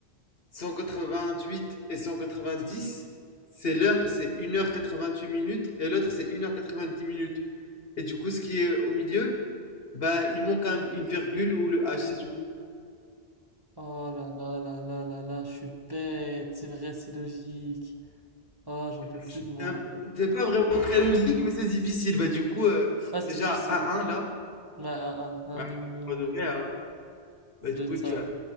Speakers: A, on the left; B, on the right.
A: cent quatre-vingt-huit et cent quatre-vingt-dix, c'est l'heure, c'est une heure quatre-vingt-huit minutes, et l'autre c'est une heure quatre-vingt-dix minutes. Et du coup, ce qui est au milieu, bah, il manque un- une virgule ou le H, c'est tout.
B: Oh là là là là là là, je suis bête. C'est vrai, c'est logique. Oh, j'en peux plus
A: C'est
B: de moi.
A: un- c'est pas vraiment très logique, mais c'est difficile. Bah, du coup, euh,
B: Ah, c'était
A: déjà,
B: difficile.
A: 1-1 là,
B: Ouais, un, un, un,
A: bah,
B: une, une,
A: pas de
B: une.
A: vrai, hein.
B: Ça
A: Bah, du
B: doit
A: coup,
B: être ça,
A: tu vas,
B: ouais.